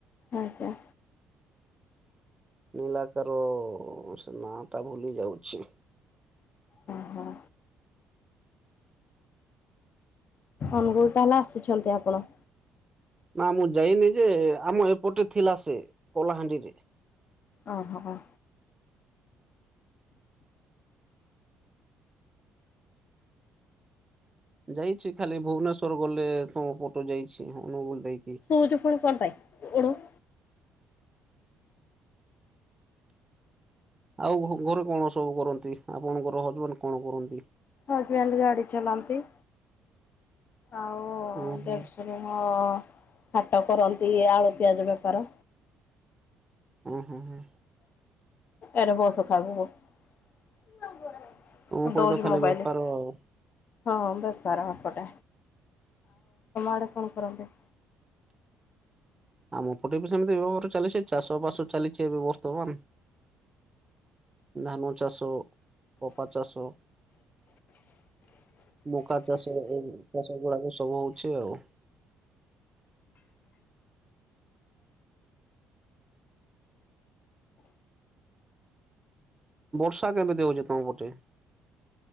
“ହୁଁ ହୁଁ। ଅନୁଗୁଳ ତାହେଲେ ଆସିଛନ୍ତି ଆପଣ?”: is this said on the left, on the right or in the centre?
Left